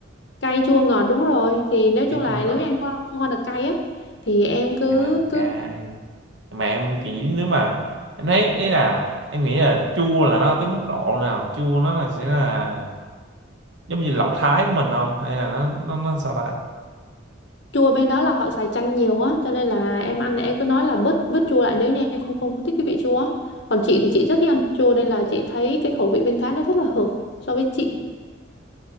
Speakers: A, on the left; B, on the right.
A: cay chua ngọt đúng rồi thì nói
B: Cay
A: chung là
B: chua ngọt,
A: nếu như em không, không ăn được cay á thì em cứ
B: em ăn
A: cứ
B: cay. Mà em nghĩ nếu mà em thấy ý là em nghĩ là chua là nó ở cái mức độ nào? Chua nó là sẽ là giống như lẩu Thái của mình không? Hay là nó nó nó sao ta?
A: chua bên đó là họ xài chanh nhiều á cho nên là em ăn thì em cứ nói là bớt bớt chua lại nếu như em không không không thích cái vị chua á còn chị thì chị rất thích ăn chua nên là chị thấy cái khẩu vị bên Thái nó rất là hợp so với chị